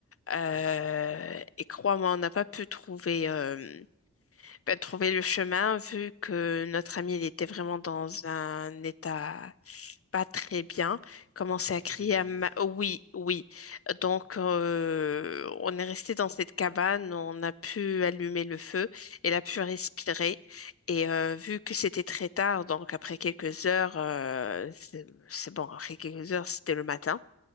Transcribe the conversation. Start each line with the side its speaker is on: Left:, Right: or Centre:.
Left: Euh,
Right: OK.
Left: et crois-moi, on n'a pas pu trouver, euh, ben, trouver le chemin vu que notre ami il était vraiment dans un état pas très bien, commençait
Right: Elle
Left: à
Right: faisait
Left: crier
Right: une
Left: à
Right: crise?
Left: ma- Oui, oui. Donc,
Right: Waouh!
Left: euh, on est resté dans cette cabane, on a pu allumer le feu, elle a pu respirer. Et euh, vu que c'était très tard, donc après quelques heures, euh, c'est c'est bon, après quelques heures, c'était le matin.